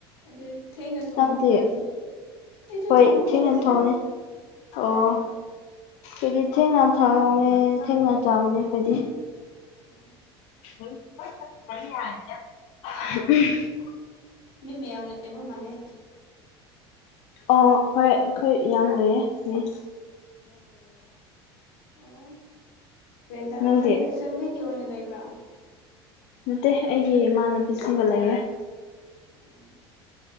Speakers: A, on the left (about 80°); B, on the left (about 55°).
A: ꯑꯗꯨ ꯊꯦꯡꯅ ꯊꯣꯡꯕ
B: ꯅꯪꯗꯤ
A: ꯑꯣꯏꯔꯝꯅꯦ ꯑꯩꯁꯨ
B: ꯍꯣꯏ
A: ꯊꯣꯡꯕ
B: ꯊꯦꯡꯅ
A: ꯍꯧꯗ꯭ꯔꯤꯗ
B: ꯊꯣꯡꯉꯦ ꯑꯣ ꯑꯗꯨꯗꯤ ꯊꯦꯡꯅ ꯊꯅꯦ ꯊꯦꯡꯅ ꯆꯥꯕꯅꯦ ꯑꯩꯈꯣꯏꯗꯤ
A: ꯑꯣ
B: <inaudible>
A: ꯃꯤ ꯃꯌꯥꯝ ꯂꯩꯕ ꯃꯥꯂꯦ
B: ꯑꯣ ꯍꯣꯏ ꯑꯩꯈꯣꯏ ꯌꯥꯝ ꯂꯩꯌꯦꯦ
A: ꯑꯣ ꯀꯦꯟꯗ
B: ꯅꯪꯗꯤ
A: ꯐ ꯁꯦꯝꯗꯦꯒꯤ ꯑꯣꯏꯅ ꯂꯩꯕ꯭ꯔꯥ
B: ꯅꯠꯇꯦ ꯑꯩꯒꯤ ꯏꯃꯥꯟꯅꯕꯤꯁꯤꯡꯒ ꯂꯩꯌꯦꯦ
A: ꯑꯣ